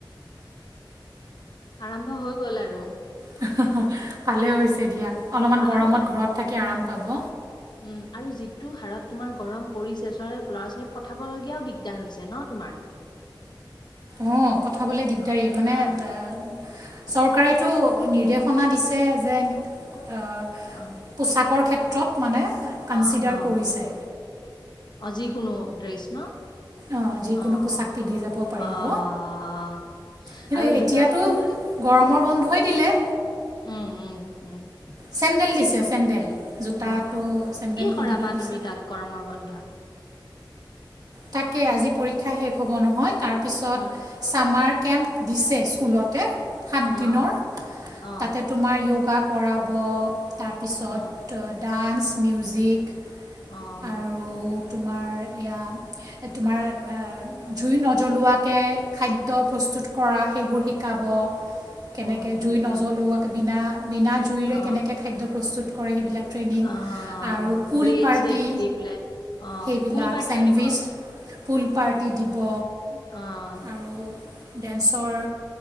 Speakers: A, on the left (about 65°); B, on the right (about 50°).
A: আৰম্ভ হৈ গ'ল আৰু।
B: <unintelligible> ভালেই হৈছে দিয়া, অলমান
A: অ
B: গৰমত
A: আৰু
B: ঘৰত থাকি আৰাম পাব।
A: উম, আৰু যিটো হাৰত তোমাৰ গৰম পৰিছে, চ ল'ৰা-ছোৱালীক পঠাব লগীয়াও দিগদাৰ হৈছে নহ তোমাৰ?
B: অ', পঠাবলৈ দিগদাৰী
A: অ
B: মানে
A: অ
B: এ চৰকাৰেতো নিৰ্দেশনা দিছে যে, অ
A: অ'।
B: পোচাকৰ ক্ষেত্ৰত মানে কনচিডাৰ
A: অ অ
B: কৰিছে।
A: অ, জি কোনো ড্ৰেছ ন।
B: অঁ, যিকোনো
A: অ',
B: পোচাক পিন্ধি যাব পাৰিব
A: অ', অ',
B: কিন্তু
A: আৰু
B: এতিয়াতো
A: জোতা, চেণ্ডেল
B: গৰমৰ বন্ধই দিলে।
A: উম, উম, উম।
B: চেণ্ডেল
A: কি
B: দিছে, চেণ্ডেল, জোতাটো,
A: অ অ
B: চেণ্ডেল
A: কি
B: পিন্ধিব
A: কৰাবা
B: দিছে।
A: তুমি তাক গৰমৰ বন্ধত।
B: তাকে আজি পৰীক্ষা শেষ হ'ব নহয় তাৰপিছত
A: অ
B: ছামাৰ কেম্প দিছে স্কুলতে সাতদিনৰ
A: অ অ
B: তাতে তোমাৰ য়োগা কৰাব তাৰপিছত
A: অ
B: ডান্স, মিউজিক
A: অ'।
B: আৰু তোমাৰ এয়া তোমাৰ জুই নজ্বলোৱাকে খাদ্য প্ৰস্তুত কৰা সেইবোৰ শি কাব কেনেকে
A: অকে
B: জুই নজলোৱাকে বিনা, বিনা জুইৰে
A: অ
B: কেনেকে খাদ্য প্ৰস্তুত কৰে সেইবিলাক ট্ৰেইনিং
A: অ
B: আৰু ফুল
A: ব্ৰেড
B: পাৰ্টি
A: চেড দি পেলাই অ
B: সেইবিলাক
A: পুল পাৰ্টিও
B: চেণ্ডউইচ
A: দিব অ
B: ফুল পাৰ্টি দিব।
A: অ'।
B: আৰু ডেন্সৰ,